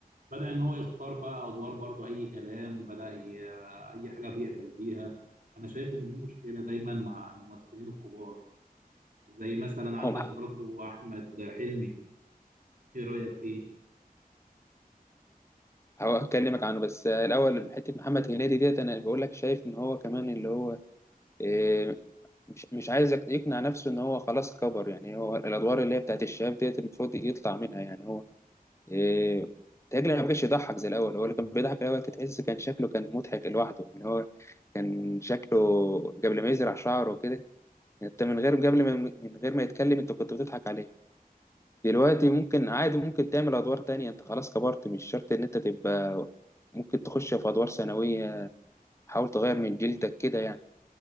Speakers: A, on the right; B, on the left.
A: بدأ إن هو يختار بقى أدوار برضو أي كلام بدأ ي... أي حاجة بيقبل بيها أنا شايف إن دي مشكلة دايما مع الممثلين الكبار زي مثلا عندك
B: هم
A: برضو أحمد حلمي إيه رأيك فيه؟
B: هكلمك عنه بس الاول حته محمد هنيدي ديت انا بقول لك شايف ان هو كمان اللي هو إيه، مش مش عايز يق- يقنع نفسه ان هو خلاص كبر يعني هو الادوار اللي هي بتاعت الشباب ديت المفروض يطلع منها يعني هو إيه تاجل ما بقاش يضحك زي الاول هو اللي كان بيضحك الاول كنت تحس كان شكله كان مضحك لوحده ان هو كان شكله قبل ما يزرع شعره كده انت من غير قبل ما من غير ما يتكلم انت كنت بتضحك عليه دلوقتي ممكن عادي ممكن تعمل ادوار تانية انت خلاص كبرت مش شرط ان انت تبقى ممكن تخش في ادوار ثانوية حاول تغير من جلدك كده يعني